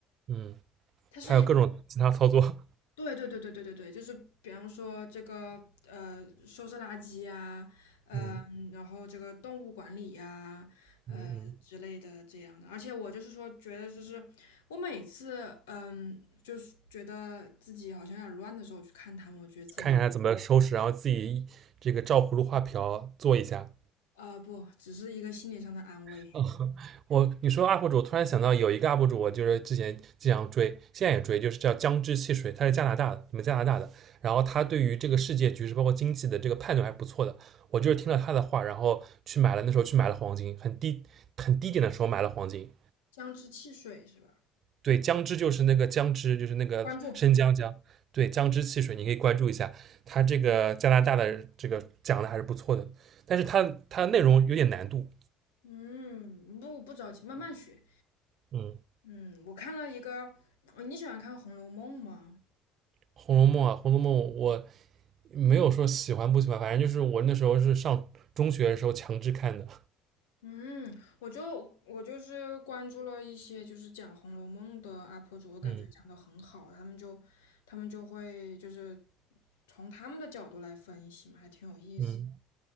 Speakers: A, on the right; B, on the left.
A: 嗯，
B: 他是一
A: 他有各种其他操作。
B: 对对对对对对对，就是比方说这个呃收拾垃圾呀、嗯、
A: 嗯
B: 然后这个动物管理呀、呃之类的这样的。
A: 嗯嗯，
B: 而且我就是说，觉得就是我每次嗯，就是觉得自己好像有点乱的时候去看他们，我觉得自己好
A: 看看他怎么收拾，然后自己这个照葫芦画瓢做一下。
B: 啊、不，只是一个心理上的安慰。
A: <laughs> 嗯，我你说 UP 主，我突然想到有一个 UP 主，我就是之前经常追，现在也追，就是叫姜汁汽水，他是加拿大的，你们加拿大的。然后他对于这个世界局势，包括经济的这个判断还不错的。我就是听了他的话，然后去买了，那时候去买了黄金，很低很低点的时候买了黄金。
B: 姜汁汽水是吧？
A: 对，姜汁就是那个姜汁，就是那个生姜姜，
B: 关注，
A: 对，姜汁汽水，你可以关注一下。他这个加拿大的这个讲的还是不错的，但是他他的内容有点难度，
B: 嗯，不不着急，慢慢学。
A: 嗯。
B: 嗯，我看了一个，呃你喜欢看《红楼梦》吗？
A: 《红楼梦》啊，《红楼梦》我没有说喜欢不喜欢，反正就是我那时候是上中学的时候强制看的。
B: 嗯，我就我就是关注了一些就是讲《红楼梦》的 UP 主，我感觉讲的很好，
A: 嗯
B: 他们就他们就会就是从他们的角度来分析嘛，还挺有意思。
A: 嗯